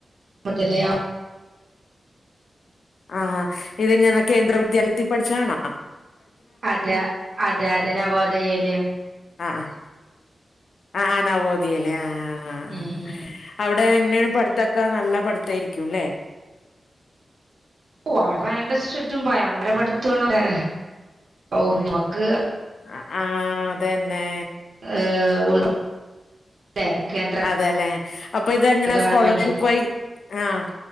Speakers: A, on the right; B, on the left.
A: പ്പത്തിലാ
B: ആഹ് ഇതിങ്ങനെ കേന്ദ്ര വിദ്യാലയത്തിൽ പഠിച്ചതാണാ
A: അതെ അതെ അതെ നവോദയേല്.
B: ആഹ് ആഹ് ആഹ് ആഹ് നവോദയേല് ആഹ് ആഹ് ആഹ് ആഹ്
A: ഉം
B: അവ്
A: ഉം
B: അവിടെ എങ്ങനെയാണ് പഠിത്തൊക്കെ നല്ല പഠിത്തായിരിക്കുല്ലേ
A: ഓഹ് അവടെ ഭയങ്കര സ്ട്രിക്റ്റും ഭയങ്കര പടുത്തോണ് അവടെ ഔ നമുക്ക്
B: അ ആഹ് അതന്നെ
A: <unintelligible>
B: അതെലെ അപ്പൊ ഇതെങ്ങനെ
A: ഗവൺമെന്റിന്റെ
B: സ്കോളർഷിപ്പ് വഴി ആഹ്